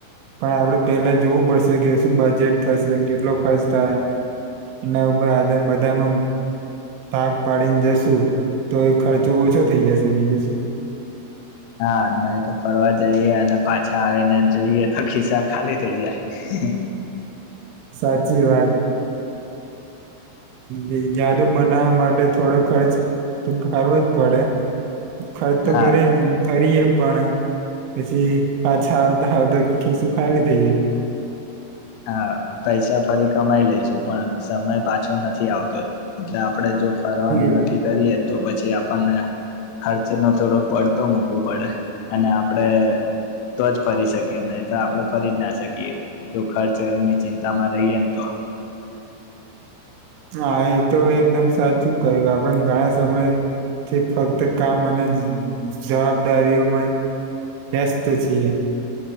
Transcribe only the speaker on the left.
હા નહી તો ફરવા જઈએ અને પાછા આવીને જોઈએ તો ખિસ્સા ખાલી થઈ જાય
હા
હા પૈસા ફરી કમાઈ લઈશુ પણ સમય પાછો નથી આવતો એટલે આપણે જો ફરવાનું
નક્કી કરીએ તો પછી આપણને ખર્ચ નો થોડો પડતો મૂકવો પડે અને આપડે તો જ ફરી શકીએ નહી તો આપડણે ફરી જ ના શકીએ જોખાડ ચરની ચિંતામાં રહીએ તો